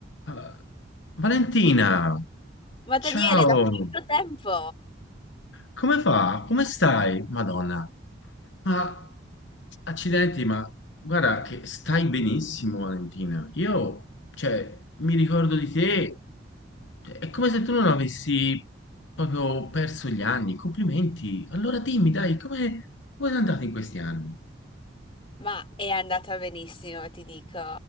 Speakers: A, on the left; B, on the left.
A: Ah, Valentina,
B: Ma
A: ciao,
B: Daniele, da quanto tempo?
A: come va? Come stai? Madonna, ma accidenti, ma guarda che stai benissimo, Valentina. Io, cioè, mi ricordo di te, è come se tu non avessi proprio perso gli anni. Complimenti. Allora dimmi, dai, come come sei andato in questi anni?
B: Ma è andata benissimo, ti dico.